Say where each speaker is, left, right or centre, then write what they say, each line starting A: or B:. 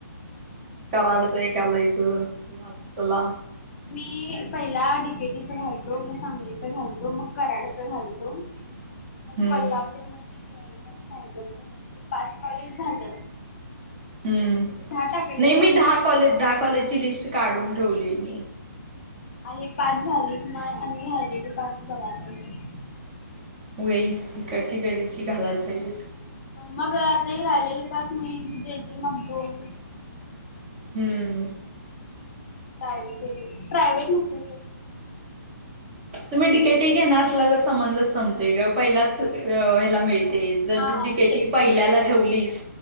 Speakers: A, on the right (about 25°); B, on the left (about 45°).
A: कराडच एक घालायचं, लास्टला.
B: मी पहिला डि. के. टी. च घालतो, मग सांगलीच घालतो, मग कराडच घालतो. ह मग
A: हम्म
B: कोल्हापूर मधले के. आय. टी आणि सायबरच झालं की, पाच कॉलेज झालं.
A: हम्म.
B: दहा टाकायचे
A: नाही
B: असतात
A: मी दहा कॉलेज, दहा कॉलेजची लिस्ट काढून ठेवली मी.
B: हा ही पाच झालीत आणि राहिलेली पाच बघायला पाहिजेत.
A: होय. इकडची तिकडची घालायला पाहिजेत.
B: मग आता ही राहिलेली पाच मी जे. जे. मगदुम
A: हम्म.
B: प्रायव्हेट वेगळे, प्रायव्हेट नसले तर?
A: तुम्ही डी. के. टी घेणार असला तर संबंधच संपतय गं. पहिल्याच ह्याला मिळ ते जर
B: हा
A: तू डी. के
B: ते
A: टी. पहिल्याला ठेवलीस,